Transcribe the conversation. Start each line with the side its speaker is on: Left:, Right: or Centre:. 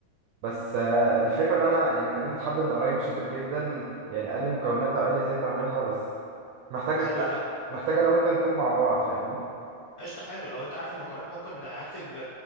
Right: بس آه، الفكره اللي انا يعني كلمت حد من قرايبي شاطر جدا يعني قال لي مكوناتها وقال لي ازاي تعملها بس محتاج
Left: حلو ده
Right: محتاج انا وانت نكون مع بعض فاهمني
Left: قشطة حلو لو انت عارف المكونات ممكن اكتب